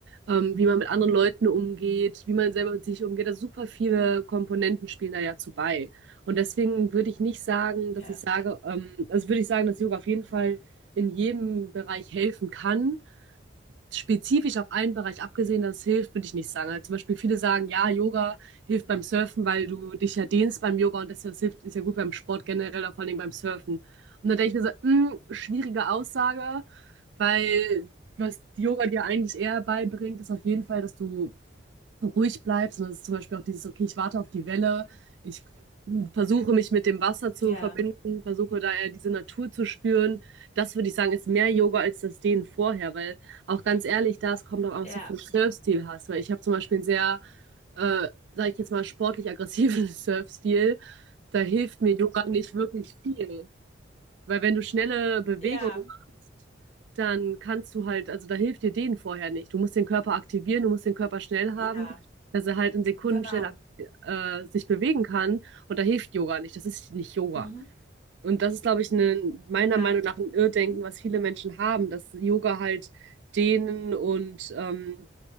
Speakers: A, on the right (about 70°); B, on the left (about 35°).
A: ähm, wie man mit anderen Leuten umgeht, wie man selber mit sich umgeht. Also super viele Komponenten spielen da ja zu bei. Und deswegen würde ich nicht sagen, dass
B: ja,
A: ich sage, ähm, also würde ich sagen, dass Yoga auf jeden Fall in jedem Bereich helfen kann spezifisch auf einen Bereich abgesehen, dass es hilft, würde ich nicht sagen. Also zum Beispiel viele sagen, ja, Yoga hilft beim Surfen, weil du dich ja dehnst beim Yoga und das, hilft, ist ja gut beim Sport generell, aber vor allem beim Surfen. Und dann denke ich mir so, mh, schwierige Aussage, weil was Yoga dir eigentlich eher beibringt, ist auf jeden Fall, dass du ruhig bleibt, sondern es ist zum Beispiel auch dieses, okay, ich warte auf die Welle, ich versuche mich mit dem Wasser zu
B: ja,
A: verbinden, versuche da eher diese Natur zu spüren. Das würde ich sagen, ist mehr Yoga als das Dehnen vorher, weil auch ganz ehrlich, da es kommt auch auf
B: ja,
A: so viel Surfstil hast, weil ich habe zum Beispiel einen sehr, äh, sage ich jetzt mal, sportlich aggressiven <laughs> Surfstil. Da hilft mir Yoga nicht wirklich viel. Weil wenn du schnelle Bewegungen
B: ja,
A: machst, dann kannst du halt, also da hilft dir dehnen vorher nicht. Du musst den Körper aktivieren, du musst den Körper schnell haben,
B: ja,
A: dass er halt in Sekunden
B: genau.
A: schnell äh, sich bewegen kann. Und da hilft Yoga nicht. Das ist nicht Yoga.
B: Mhm.
A: Und das ist, glaube ich, ne- meiner
B: Nein.
A: Meinung nach ein Irrdenken,
B: Mhm.
A: was viele Menschen haben, dass Yoga halt dehnen und ähm,